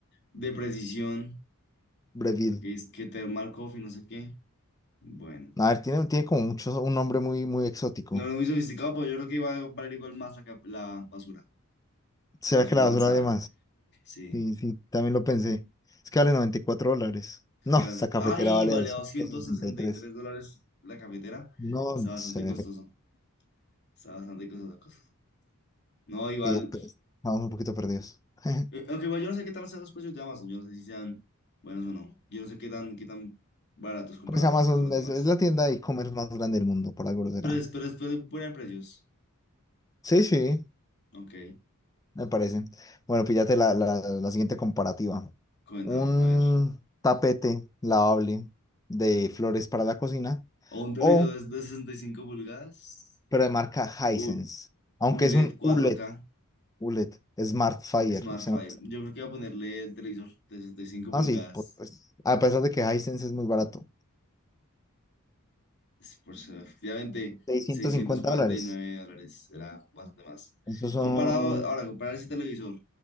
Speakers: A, on the left; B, on the left.
A: De precisión,
B: Breville.
A: que es que Thermal Coffee, no sé qué. Bueno,
B: A ver, tiene, tiene como mucho, un nombre muy, muy exótico.
A: no es muy sofisticado, pero yo creo que iba a valer igual más la, ca- la basura,
B: ¿Será
A: la basura
B: que la
A: avanzada.
B: basura de más?
A: Sí.
B: Sí, sí, también lo pensé. Es que vale 94 dólares.
A: Es
B: No,
A: caro,
B: esta
A: es-
B: cafetera
A: ¡Ay!
B: vale
A: Vale
B: doscientos
A: a 263
B: sesenta y tres.
A: dólares la cafetera.
B: No,
A: Está bastante
B: sé, en
A: costoso.
B: efecto,
A: Está bastante costoso. costoso. No, igual.
B: sí, pues, estamos un poquito perdidos. <laughs>
A: eh, Aunque igual yo no sé qué tal sean los precios de Amazon. Yo no sé si sean buenos o no. Yo no sé qué tan, qué tan baratos comparados
B: Porque es Amazon,
A: respecto a los demás.
B: es, es la tienda de e-commerce más grande del mundo, por algo lo será.
A: Pero es, pero es, pero es buena en precios.
B: Sí, sí,
A: Ok,
B: Me parece. Bueno, píllate la, la, la siguiente comparativa.
A: cuéntame,
B: Un
A: a ver.
B: tapete lavable de flores para la cocina
A: O Un televisor
B: o,
A: de, de 65 pulgadas,
B: pero de marca
A: U-
B: Hisense, aunque
A: ULED
B: es un
A: cuatro
B: ULED,
A: k
B: ULED, Smart Fire.
A: Smartfire.
B: Usted no,
A: Yo creo que voy a ponerle el televisor de 65 pulgadas.
B: no, sí, por- pues, a pesar de que Hisense es muy barato,
A: Es Por ser- efectivamente,
B: seiscientos
A: seiscientos
B: cincuenta
A: cuarenta
B: dólares.
A: y nueve dólares era más de más.
B: Esos son
A: Comparado, ahora, comparar ese televisor